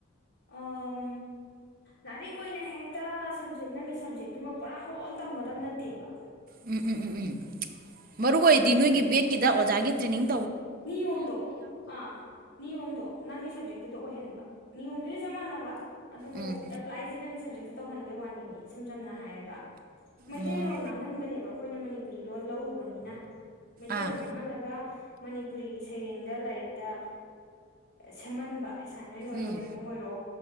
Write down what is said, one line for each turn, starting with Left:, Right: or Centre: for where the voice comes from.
Left: ꯑꯝ ꯂꯥꯏꯔꯤꯛ ꯑꯣꯏꯅ ꯍꯦꯛꯇ ꯁꯞꯖꯦꯛ ꯅꯪꯒꯤ ꯁꯞꯖꯦꯛꯇꯨꯃꯛ ꯄꯨꯔꯥ ꯍꯣꯜ ꯇꯝꯒꯗꯕ ꯅꯠꯇꯦꯕ
Right: ꯎꯝ ꯎꯝ ꯎꯝ꯫ ꯃꯔꯨ ꯑꯣꯏꯗꯤ ꯅꯣꯏꯒꯤ ꯕꯦꯠꯀꯤꯗ ꯑꯣꯖꯥꯒꯤ ꯇ꯭ꯔ‌ꯦꯅꯤꯡ
Left: ꯅꯤꯌ‌ꯣꯝꯗ‌ꯣ ꯑ ꯅꯤꯌ‌ꯣꯝꯗꯣ ꯅꯪꯒꯤ ꯁꯕꯖꯦꯛ ꯇꯨꯗ ꯑꯣꯏꯍꯟꯕ ꯅꯤꯌꯣꯝꯗꯨꯗꯤ ꯆꯞ ꯃꯥꯟꯅꯕ ꯑꯗꯨꯕꯨ
Right: ꯎꯝ
Left: ꯑꯦꯄ꯭ꯂꯥꯏꯁꯤ ꯅꯪꯒꯤ ꯁꯕꯖꯦꯛꯇ ꯇꯧꯍꯟꯕꯩ ꯋꯥꯅꯤ ꯃꯤ ꯏꯁꯝ ꯁꯝꯅ ꯍꯥꯏꯔꯒ ꯃꯩꯇꯩꯔꫭꯟ
Right: ꯑꯣ
Left: ꯉꯥꯡꯍꯟꯕꯅꯦꯕ ꯑꯈꯣꯏꯅ ꯃꯅꯤꯄꯨꯔꯤ ꯂꯣꯟ ꯂꯧꯔꯨꯕꯅꯤꯅ꯫ ꯃꯩꯇꯩꯔꯣꯟ
Right: ꯑꯥ
Left: ꯉꯥꯡꯍꯜꯂꯒ ꯃꯅꯤꯄꯨꯔꯤꯒꯤ ꯁꯩꯔꯦꯡꯗ ꯂꯥꯏꯔꯤꯛꯇ ꯁꯦꯝꯍꯟꯕ꯫ ꯑꯦꯁꯥꯏꯟꯃꯦꯟ ꯑꯣꯏꯔꯣ
Right: ꯎꯝ
Left: ꯀꯩꯅꯣꯝ ꯑꯣꯏꯔꯣ